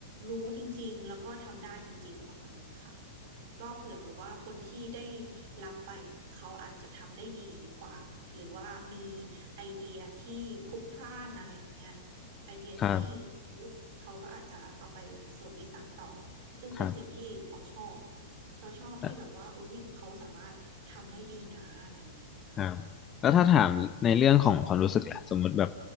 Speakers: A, on the right; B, on the left.
A: รู้จริงๆแล้วก็ทำได้จริงๆประมาณนั้นค่ะก็เผื่อแบบว่าคนที่ได้รับไปอ่ะเขาอาจจะทำได้ดีกว่าหรือว่ามีไอเดียที่พลุกพล่านอะไรอย่างเงี้ย ไอเดียที่
B: ครับ
A: เขาก็อาจจะเอาไปส่วนนี้สานต่อซึ่งเป็นสิ่งที่เราชอบ
B: ครับ
A: เราชอบที่แบบว่าเอ้ยเขาสามารถทำได้ดีนะอะไรอย่างเงี้ยค่ะ
B: ครับครับแล้วถ้าถามในเรื่องของความรู้สึกล่ะสมมุติแบบ